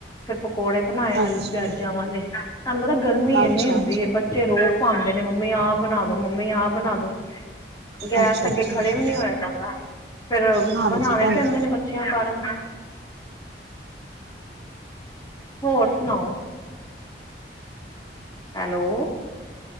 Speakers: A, on the left (about 20°); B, on the right (about 65°).
A: ਫਿਰ ਪਕੌੜੇ। ਬਣਾਏ, ਆਲੂ-ਪਿਆਜ਼ਾਂ
B: ਅੱਛਾ
A: ਵਾਲੇ। ਤੁਹਾਨੂੰ ਪਤਾ, ਗਰਮੀ ਇੰਨੀ
B: ਅੱਛਾ
A: ਹੁੰਦੀ।
B: ਅੱਛਾ
A: ਹੈ ਬੱਚੇ ਰੋਅਬ ਪਾਉਂਦੇ ਨੇ, ਮੰਮੀ, ਆਹ ਬਣਾ ਦੋ, ਮੰਮੀ ਆਹ ਬਣਾ ਦੋ। ਗੈਸ
B: ਅੱਛਾ
A: ਅੱਗੇ
B: ਅੱਛਾ
A: ਖੜੇ ਵੀ ਨਹੀਂ ਹੋਇਆ ਜਾਂਦਾ, ਫਿਰ
B: ਹਾਂਜੀ
A: ਬਣਾਉਣੇ
B: ਭੈਣ
A: ਪੈਂਦੇ
B: ਜੀ
A: ਨੇ ਬ ਬੱਚਿਆਂ, ਕਾਰਨ। ਹੋਰ ਸੁਣਾਓ? Hello.